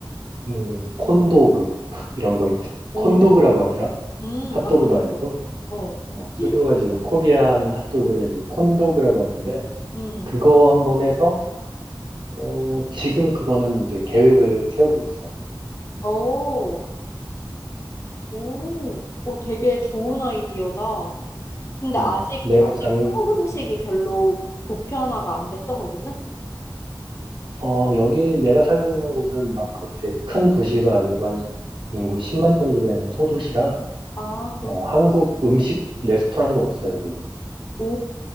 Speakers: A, on the right; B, on the left.
A: 음, 콘도그, <laughs> 이런 거 있,
B: 어.
A: 콘도그라고 하더라.
B: 음,
A: 핫도그도
B: 맞아, 맞아.
A: 아니고,
B: 어.
A: 어, 줄여가지고
B: 행복.
A: 코리안 핫도그 해가지고 콘도그라고 하던데,
B: 음.
A: 그거 한번 해서, 어, 지금 그거는 이제 계획을 세우고 있어.
B: 어. 오. 어, 되게 좋은 아이디어다. 근데
A: 음,
B: 아직
A: 내가
B: 아직
A: 장,
B: 한국 음식이 별로 보편화가 안 됐어, 거기는?
A: 어, 여기 내가 살고 있는 곳은 막 그렇게 큰 도시가 아니고 한 시- 인구 10만 정도 되는 소도시라,
B: 아,
A: 어,
B: 그렇구나.
A: 한국 음식 레스토랑도 없어, 여기는.
B: 오,